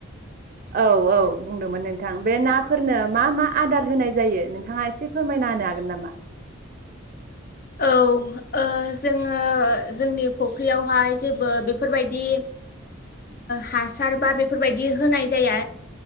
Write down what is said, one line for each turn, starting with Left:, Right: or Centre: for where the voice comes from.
Right: औ औ बुंदोंमोन नोंथां बे नाफोरनो मा मा आदार होनाय जायो नोंथाङा एसे फोरमायना होनो हागोन नामा?
Left: औ औ जोङो जोंनि फुख्रियावहाय जेबो बेफोरबायदि हासार बा बेफोरबायदि होनाय जाया